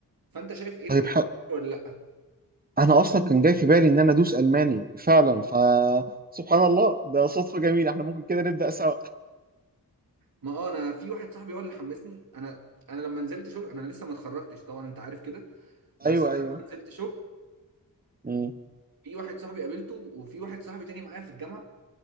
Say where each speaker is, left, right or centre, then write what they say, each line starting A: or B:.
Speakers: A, on the right; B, on the right.
A: فأنت شايف إيه الألماني
B: طيب ح-
A: ولا لأ؟
B: انا اصلا كان جاي في بالي ان انا ادوس الماني فعلا ف سبحان الله ده صدفة جميلة احنا ممكن كده نبدأ سوا
A: ما أه أنا في واحد صاحبي هو اللي حمسني أنا أنا لما نزلت شغل أنا لسه ما اتخرجتش طبعا أنت عارف كده بس
B: ايوه ايوه
A: أنا لما نزلت شغل
B: مم،
A: في واحد صاحبي قابلته وفي واحد صاحبي تاني معايا في الجامعة